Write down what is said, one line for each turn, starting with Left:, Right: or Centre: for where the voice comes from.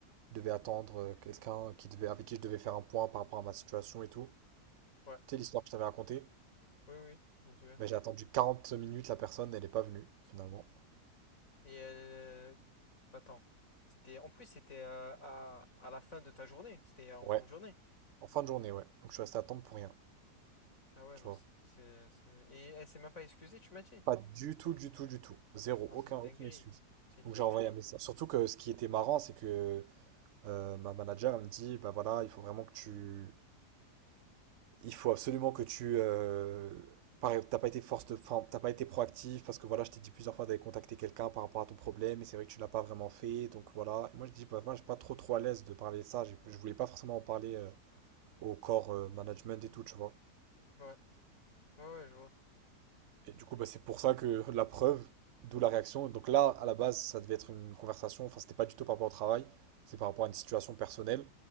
Right: je devais attendre euh, quelqu'un qui devait, avec qui je devais faire un point par rapport à ma situation et tout.
Left: Ouais,
Right: sais l'histoire que je t'avais racontée?
Left: oui, oui, je me souviens.
Right: mais j'ai attendu 40 minutes, la personne, elle n'est pas venue, finalement.
Left: Et euh, attends, c'était, en plus, c'était euh, à, à la fin de ta journée, c'était en
Right: Ouais,
Left: fin de journée.
Right: en fin de journée, ouais. Donc je suis resté à attendre pour rien,
Left: Ah ouais,
Right: tu
Left: non,
Right: vois.
Left: c'est... c'est- c'est- Et elle s'est même pas excusée, tu m'as dit?
Right: Pas du tout, du tout, du tout. Zéro,
Left: Non,
Right: aucun,
Left: c'est une
Right: aucune
Left: dinguerie.
Right: excuse.
Left: C'est une
Right: Donc
Left: dinguerie.
Right: j'ai envoyé un message. Surtout que ce qui était marrant, c'est que euh, ma manager, elle me dit, bah voilà, il faut vraiment que tu... Il faut absolument que tu... euh, Pareil, t'as pas été force de... enfin, t'as pas été proactif parce que voilà, je t'ai dit plusieurs fois d'aller contacter quelqu'un par rapport à ton problème et c'est vrai que tu l'as pas vraiment fait, donc voilà. Et moi je dis, bah moi je suis pas trop trop à l'aise de parler de ça, j'ai- je voulais pas forcément en parler euh, au corps euh, management et tout, tu vois.
Left: Ouais, ouais, ouais, je vois.
Right: Et du coup, bah, c'est pour ça que la preuve, d'où la réaction. Donc là, à la base, ça devait être une conversation, enfin, c'était pas du tout par rapport au travail, c'est par rapport à une situation personnelle.